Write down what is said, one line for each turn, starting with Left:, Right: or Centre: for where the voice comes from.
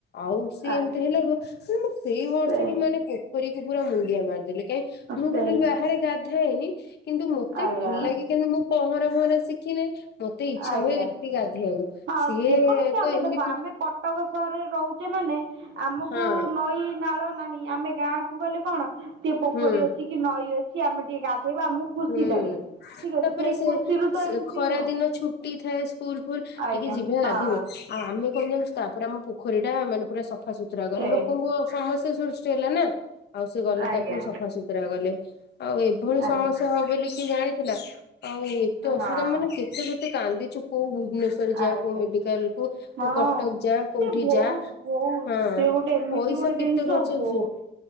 Left: ଆଉ ସିଏ
Right: ଆଜ୍ଞା
Left: ଏମତି ହେଲାଠୁ <unintelligible> ସେଇ ବର୍ଷଠୁ
Right: ସେ
Left: ମାନେ ପୋଖରୀକୁ ପୁରା ମୁଣ୍ଡିଆ ମାରିେଲେ କାଇଁ ମୁଁ
Right: ସେ
Left: ଟୋଟାଲି ବାହାରେ ଗାଧାଏନି କିନ୍ତୁ ମତେ
Right: ଆଜ୍ଞା
Left: ଭଲ ଲାଗେ କିନ୍ତୁ ମୁଁ ପହଁରା ପହଁରା ଶି ଖିନେଇ ମତେ ନାଇଁ ମତେ ଇଚ୍ଛା
Right: ଆଜ୍ଞା
Left: ହୁଏ ଟିକେ ଗାଧେଇବାକୁ
Right: ହଁ
Left: ସିଏ
Right: ଯେକୌଣସି ଆମେ
Left: ତ ଏମିତି
Right: ଦେଖ ଆମେ କଟକ ସହରରେ ରହୁଚେ ମାନେ ଆମକୁ
Left: ହଁ
Right: ନଈ ନାଳ ନାହିଁ ଆମେ ଗାଁ କୁ ଗଲେ କଣ ଟିକେ ପୋଖରୀ
Left: ହୁଁ
Right: ଅଛି କି ନଈ ଅଛି ଆମେ ଟିକେ ଗାଧେଇବା ଆମକୁ ଖୁସି
Left: ହୁଁ
Right: ଲାଗେ ଠିକ
Left: ତାପରେ
Right: ଅଛି ସେଇ
Left: ସେ
Right: ଖୁସିରୁ ତ
Left: ସେ
Right: ଏମତି
Left: ଖରା
Right: ଆଉ।
Left: ଦିନ ଛୁଟି ଥାଏ ସ୍କୁଲ ଫୁଲ
Right: ଆଜ୍ଞା
Left: ଟିକେ ଯିବ
Right: ହଁ
Left: ଗାଧେଇବ ଆଉ ଆମେ କଣ ଜାଣିଚୁ ତାପରେ ଆମ ପୋ ପୋଖରୀଟା ମାନେ ପୁରା ସ ସଫାସତୁରା କଲେ
Right: ସେ
Left: ଲୋକଙ୍କୁ ଆଉ ସମସ୍ୟା ସୃଷ୍ଟି ହେଲା ନା ଆଉ ସେ ଗଲେ
Right: ଆଜ୍ଞା
Left: ତାକୁ ସଫାସୁ ତୁରା କଲେ ଆଉ ଏଭଳି
Right: ଆଜ୍ଞା
Left: ସମସ୍ୟା ହବ ବୋଲି କିଏ ଜାଣିଥିଲା ଆଉ ଏ ଏତେ ଅସୁବିଧା
Right: ହଁ
Left: ମାନେ କେତେ କେତେ କାନ୍ଦିଚୁ କୋଉ ଭୁବନେଶ୍ୱରଯାଆ
Right: ଆଜ୍ଞା
Left: କୋଉ ମେଡିକାଲକୁ
Right: ହଁ
Left: କୋଉ କଟକ ଯାଆ କୋଉଠି
Right: ସେ ବହୁତ
Left: ଯାଆ
Right: ବହୁତ
Left: ହଁ
Right: ସେ ଗୋଟେ ଏମିତି
Left: ପଇସା
Right: ଗୋଟେ
Left: କେତେ
Right: ଜିନିଷ
Left: ଖର୍ଚ୍ଚ ହୋଉଚି
Right: ବହୁତ
Left: ସେରା